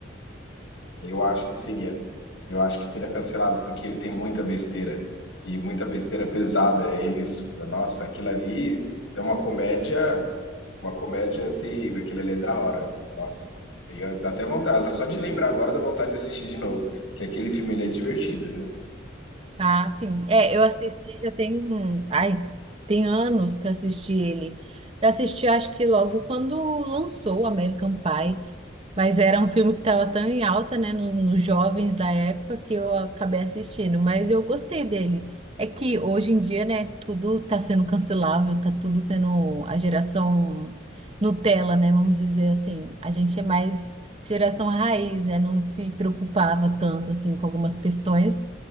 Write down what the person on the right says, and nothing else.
Ah, sim. É, eu assisti já tem, um, ai, tem anos que eu assisti ele. Eu assisti, acho que logo quando lançou o American Pie, mas era um filme que estava tão em alta, né, no- nos jovens da época que eu acabei assistindo, mas eu gostei dele. É que hoje em dia, né, tudo tá sendo cancelável, tá tudo sendo a geração Nutella, né, vamos dizer assim. A gente é mais geração raiz, né, não se preocupava tanto assim com algumas questões.